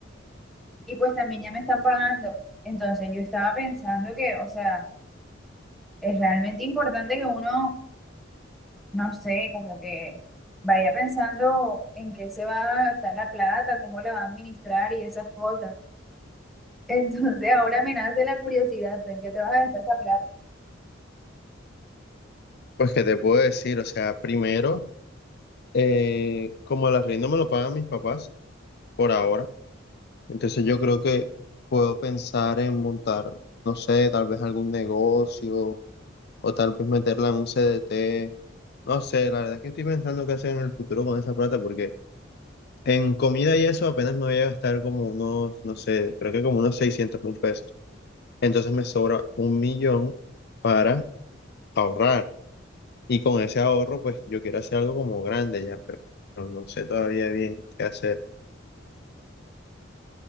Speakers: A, in the centre; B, on the left.
A: y pues también ya me están pagando. Entonces yo estaba pensando que, o sea, es realmente importante que uno, no sé, como que vaya pensando en qué se va a gastar la plata, cómo le va a administrar y esas cosas. Entonces <laughs> ahora me nace la curiosidad, ¿tú en qué te vas a gastar esa plata?
B: Pues que te puedo decir, o sea, primero, eh, como el arriendo me lo pagan mis papás por ahora, entonces yo creo que puedo pensar en montar, no sé, tal vez algún negocio o tal vez meterla en un CDT, no sé, la verdad es que estoy pensando qué hacer en el futuro con esa plata porque en comida y eso apenas me voy a gastar como unos, no sé, creo que como unos 600 mil pesos, entonces me sobra un millón para ahorrar. Y con ese ahorro, pues yo quiero hacer algo como grande ya, pero, pero no sé todavía bien qué hacer.